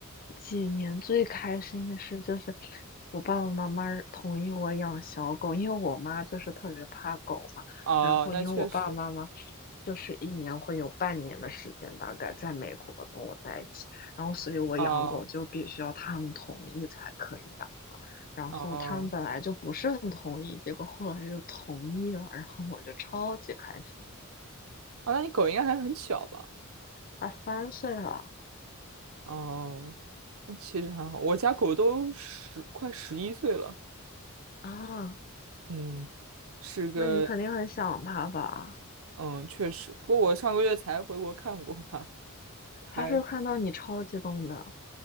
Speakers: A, on the left; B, on the right.
A: 几年最开心的事就是我爸爸妈妈同意我养小狗，因为我妈就是特别怕狗嘛，
B: 哦，
A: 然后因为我爸爸妈妈
B: 那确实。
A: 就是一年会有半年的时间大概在美国跟我在一起，然后所以我养狗就必须要他们同意才可以养嘛，
B: 哦
A: 然后他们本来就不是很同意，
B: 哦
A: 结果后来又同意了，然后我就超级开心。
B: 啊，那你狗应该还很小吧？
A: 啊，三岁了
B: 哦，那其实还好。我家狗都十快十一岁了。
A: 啊，
B: 嗯，是个
A: 那你肯定很想他吧？
B: 嗯，确实。不过我上个月才回国看过它，还。
A: 他是看到你超激动的，